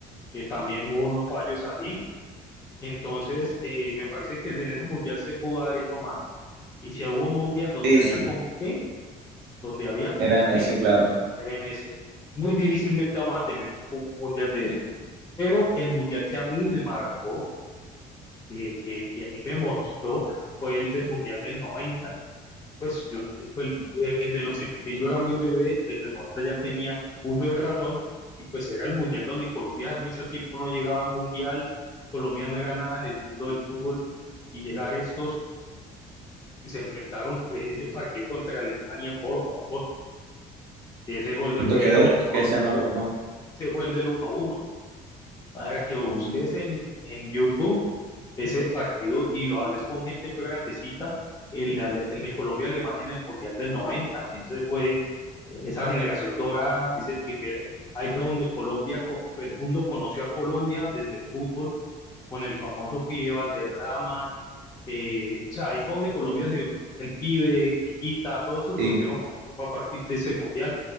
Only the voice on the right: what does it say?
sí,
sí,
era en ese,
claro.
¿Cuánto
quedó?
Es que ese no lo conozco.
Ujú.
Sí,